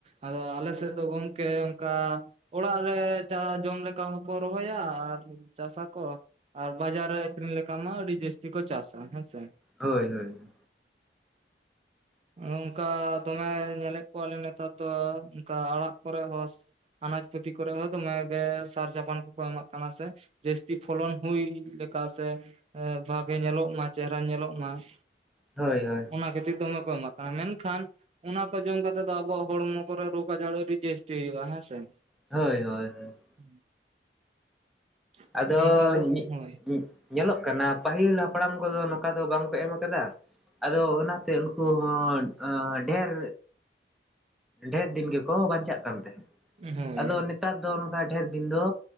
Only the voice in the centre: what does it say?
ᱦᱳᱭ ᱦᱳᱭ ᱾
ᱦᱳᱭ ᱦᱳᱭ ᱾
ᱦᱳᱭ ᱦᱳᱭ ᱦᱳᱭ ᱾
ᱟᱫᱚ
<inaudible> ᱧᱮᱞᱚᱜ ᱠᱟᱱᱟ ᱯᱟᱹᱦᱤᱞ ᱦᱟᱯᱲᱟᱢ ᱠᱚᱫᱚ ᱱᱚᱠᱟ ᱫᱚ ᱵᱟᱝ ᱠᱚ ᱮᱢ ᱟᱠᱟᱫᱟ ᱾ ᱟᱫᱚ ᱚᱱᱟᱛᱮ ᱩᱱᱠᱩ ᱦᱚᱸ ᱚᱸ ᱰᱷᱮᱨ ᱰᱷᱮᱨ ᱫᱤᱱ ᱜᱮᱠᱚ ᱵᱟᱧᱪᱟᱜ ᱠᱟᱱ ᱛᱟᱦᱮᱸᱫ,
ᱟᱫᱚ ᱱᱤᱛ ᱛᱟᱨ ᱫᱚ ᱱᱚᱝᱠᱟ ᱰᱷᱮᱨ ᱫᱤᱱ ᱫᱚ